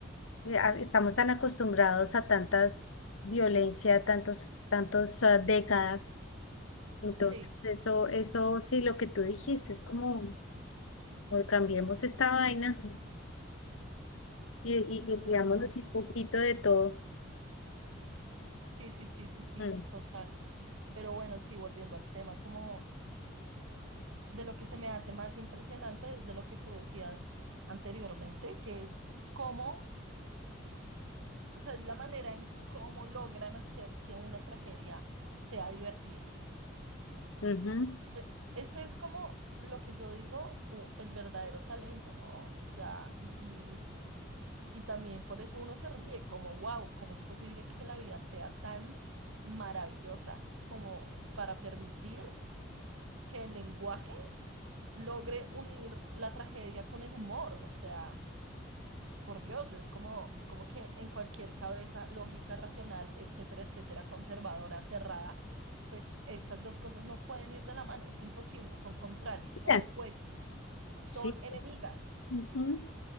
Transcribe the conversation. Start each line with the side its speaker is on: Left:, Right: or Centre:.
Left: eh, a- Estamos tan acostumbrados a tantas violencia, tantos, tantos ah, décadas. Entonces,
Right: Sí,
Left: eso, eso sí, lo que tú dijiste, es como, como cambiemos esta vaina y, y, y digámosle
Right: no.
Left: un poquito de todo.
Right: Sí, sí, sí, sí, sí,
Left: Mm,
Right: total. Pero bueno, sí, volviendo al tema, como... de lo que se me hace más impresionante es de lo que tú decías anteriormente, que es cómo, o sea, es la manera en cómo logran hacer que una tragedia sea divertida.
Left: ujú.
Right: Eh, Este es como lo que yo digo, u- el verdadero talento, ¿no? O sea, y, y, y también por eso uno se ríe, como, wow, ¿cómo es posible que la vida sea tan maravillosa como para permitir que el lenguaje logre unir la tragedia con el humor? O sea... por Dios, es como, es como que en cualquier cabeza lógica, racional, etcétera, etcétera, conservadora, cerrada, pues estas dos cosas no pueden ir de la mano, es imposible, son contrarias, son
Left: Ya,
Right: opuestas, son
Left: Sí.
Right: enemigas,
Left: ujú,